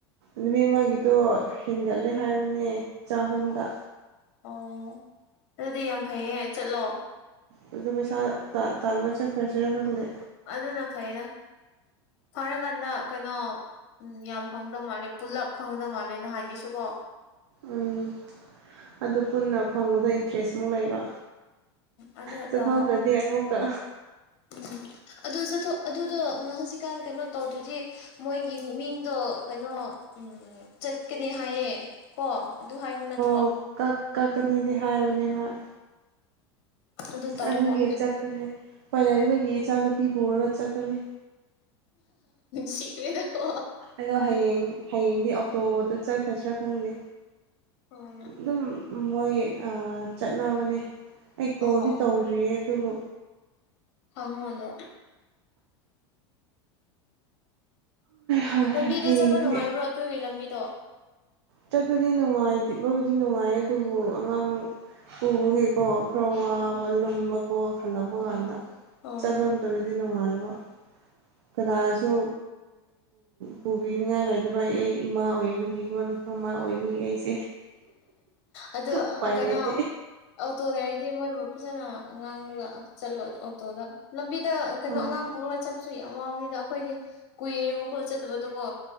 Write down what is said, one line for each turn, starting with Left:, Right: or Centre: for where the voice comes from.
Right: ꯅꯨꯃꯤꯠ ꯑꯃꯒꯤꯗꯣ ꯍꯦꯟꯒꯠꯂꯦ
Left: ꯎꯝ
Right: ꯍꯥꯏꯕꯅꯦ ꯆꯍꯨꯝꯗ
Left: ꯑꯣ ꯑꯣ ꯑꯣ ꯑꯗꯨꯗꯤ ꯌꯥꯝ ꯐꯩꯌꯦ ꯆꯠꯂꯣ
Right: ꯑꯗꯨꯗꯣ ꯄꯩꯁꯥ ꯇꯥꯥꯟꯕ ꯆꯠꯈ꯭ꯔꯁꯤꯔ ꯈꯪꯗꯦ
Left: ꯑꯗꯨꯅ ꯐꯩꯌꯦꯗ ꯐꯔꯀꯥꯟꯗ ꯀꯩꯅꯣ ꯎꯝ ꯌꯥꯝ ꯐꯪꯗꯧ ꯃꯥꯜꯂꯦ ꯄꯨꯜꯂꯞ ꯐꯪꯗꯧ ꯃꯥꯜꯂꯦ ꯅꯍꯥꯟꯒꯤꯁꯨ ꯀꯣ
Right: ꯎꯝ ꯑꯗꯨ ꯄꯨꯟꯅ ꯐꯪꯕꯗ ꯏꯟꯇꯔꯦꯁ ꯑꯃꯨꯛ ꯂꯩꯕ
Left: ꯑꯗꯨꯗ
Right: ꯆꯠꯊꯣꯛꯇ꯭ꯔꯗꯤ
Left: ꯇꯣ
Right: ꯑꯃꯨꯛꯀ
Left: ꯎꯝ ꯑꯗꯨ ꯆꯠꯊꯣꯛ ꯑꯗꯨꯗꯣ ꯍꯧꯖꯤꯛꯀꯥꯟ ꯀꯩꯅꯣ ꯇꯧꯗ꯭ꯔꯗꯤ ꯃꯣꯏꯒꯤ ꯃꯤꯡꯗꯣ ꯀꯩꯅꯣ ꯎꯝ ꯆꯠꯀꯅꯤ ꯍꯥꯏꯌꯦ ꯀꯣ ꯑꯗꯨ ꯍꯥꯏꯕ ꯅꯠꯇꯦ
Right: ꯑꯣ ꯀꯛ ꯀꯛꯅꯤꯗꯤ ꯍꯥꯏꯌꯣꯅꯦ
Left: ꯎꯝ
Right: ꯍꯣꯏ
Left: ꯑꯗꯨ ꯇꯧꯑꯣꯕ
Right: ꯑꯗꯨꯒꯤ ꯆꯠꯄꯅꯦ ꯄꯥꯏꯅꯒꯤ ꯏꯆꯥ ꯅꯨꯄꯤ ꯄꯨꯔꯒ ꯆꯠꯄꯅꯦ
Left: ꯁꯤꯈꯃꯦꯗꯣ
Right: ꯑꯗꯣ ꯍꯌꯦꯡ ꯍꯌꯦꯡꯗꯤ ꯑꯣꯇꯣꯗ ꯆꯠꯈ꯭ꯔꯁꯤꯔꯥ ꯈꯪꯗꯦ
Left: ꯑꯣ
Right: ꯑꯗꯨꯝ ꯃꯣꯏ ꯆꯠꯅꯕꯅꯦ ꯑꯩ ꯀꯣꯜꯗꯤ
Left: ꯑꯣ
Right: ꯇꯧꯗ꯭ꯔꯤꯌꯦ ꯑꯗꯨꯕꯨ
Left: ꯍꯉꯉꯗꯣ
Right: ꯍꯣꯏ
Left: ꯂꯝꯕꯤꯗꯣ
Right: ꯍꯌꯦꯡꯗꯤ
Left: ꯆꯠꯄ ꯅꯨꯡꯉꯥꯏꯕ꯭ꯔꯣ ꯑꯗꯨꯒꯤ ꯂꯝꯕꯤꯗꯣ
Right: ꯆꯠꯄꯗꯤ ꯅꯨꯡꯉꯥꯏꯕꯕꯨꯗꯤ ꯅꯨꯡꯉꯥꯏ ꯑꯗꯨꯕꯨ ꯑꯉꯥꯡ ꯄꯨꯕꯒꯤꯀꯣ ꯈꯔ ꯋꯥꯕ
Left: ꯎꯝ
Right: ꯂꯨꯝꯕꯀꯣ ꯈꯜꯂꯛꯄ ꯀꯥꯟꯗ
Left: ꯑꯣ ꯑꯣ
Right: ꯆꯠꯂꯣꯝꯇꯅꯗꯤ ꯅꯨꯡꯉꯥꯏꯕ ꯀꯗꯥꯁꯨ ꯄꯨꯕꯤꯅꯤꯡꯉꯥꯏ ꯂꯩꯇꯕ ꯑꯩ ꯑꯩ ꯏꯃꯥ ꯑꯣꯏꯕꯒꯤ ꯀꯣꯟꯅ ꯃꯃꯥ ꯑꯣꯏꯕꯒꯤ ꯑꯩꯁꯦ
Left: ꯑꯗꯨꯗꯣ
Right: ꯎꯄꯥꯏ
Left: ꯀꯩꯅꯣ
Right: ꯂꯩꯇꯦ
Left: ꯑꯣꯇꯣꯗꯔꯗꯤ ꯃꯣꯏꯕꯨ ꯐꯖꯅ ꯉꯥꯡꯂꯒ ꯆꯠꯂꯣ ꯑꯣꯇꯣꯗ ꯂꯝꯕꯤꯗ ꯀꯩꯅꯣ
Right: ꯑꯣ
Left: ꯑꯉꯥꯡ ꯄꯨ ꯆꯠꯄꯁꯨ ꯌꯥꯝ ꯋꯥꯕꯅꯤꯅ ꯑꯩꯈꯣꯏꯁ ꯀꯨꯏꯔꯦꯕ ꯈꯣꯠ ꯆꯠꯇꯕꯗꯀꯣ